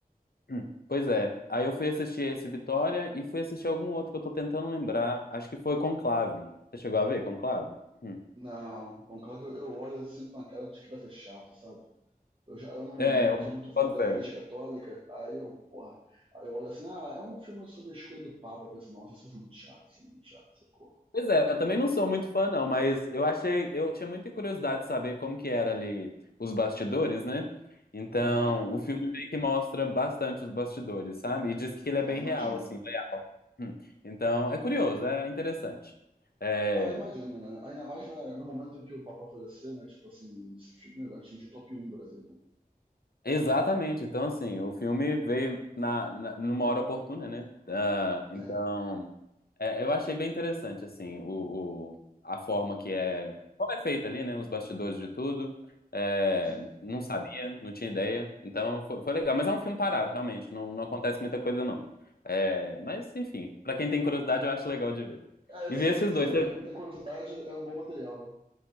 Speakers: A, on the left (about 75°); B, on the right (about 35°).
A: Hum. Pois é. Aí eu fui assistir esse Vitória e fui assistir algum outro que eu tô tentando lembrar. Acho que foi Conclave. Você chegou a ver Conclave? Hum.
B: Não, conclave eu eu olho e sinto uma cara de que vai ser chato, sabe? Eu já eu não, não
A: É, eu
B: sou muito fã
A: boto
B: da
A: fé.
B: Igreja Católica, aí eu, porra, aí eu olho assim, ah, é um filme sobre a escolha do Papa, eu penso, nossa, isso vai ser muito chato, isso é muito chato, socorro.
A: Pois é, eu também não sou muito fã, não, mas eu achei, eu tinha muita curiosidade de saber como que era ali os bastidores, né? Então,
B: Aham,
A: o filme meio que mostra bastante os bastidores, sabe? E diz que ele é
B: ah,
A: bem
B: imagino.
A: real, assim. né? Hum. Então, é curioso, é interessante. É,
B: Ah, imagino, né? Ainda mais na- no momento em que o Papa faleceu, né? Tipo assim, esse filme atingiu o top um do Brasil,
A: Exatamente. Então, assim, o filme veio na, na- numa hora oportuna, né? Ah, então,
B: né? É,
A: é, eu achei bem interessante, assim, o, o- a forma que é... Como é feita ali, né? Os bastidores de tudo. É,
B: sim.
A: não sabia, não tinha ideia. Então, foi, foi legal. Mas é um filme parado, realmente. Não, não acontece muita coisa, não. É, mas, enfim, pra quem tem curiosidade, eu acho legal de ver.
B: É, isso
A: E ver
B: que
A: esses
B: eu ia dizer,
A: dois.
B: né? Pra
A: É
B: quem tem curiosidade, é um bom material, né?